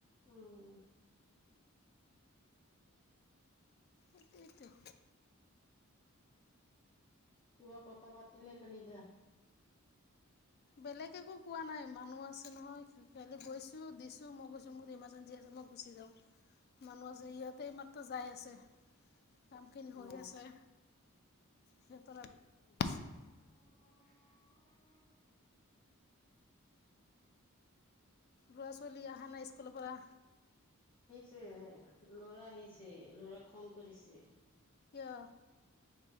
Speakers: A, on the left; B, on the left.
A: উম। <unintelligible>
B: এইটোৱেটো।
A: কিবা কথা পাতিলে খালি দেহ।
B: বেলেগ একো কোৱা নাই মানুহ আছে নহয়, খালি গৈছো দিছো মই গৈছো মোৰ ইমাৰ্জেঞ্চি আছে মই গুচি যাওঁ, মানুহ আছে সিহঁতে মাত্ৰ যাই আছে। কামখিনি হৈ
A: অ
B: আছে, সিহঁতৰ আৰু <unintelligible>
A: অ
B: ল'ৰা চোৱলি আহা নাই স্কুল পৰা?
A: তে লৰা আহিছে, লৰা খং কৰিছে।
B: কিয়?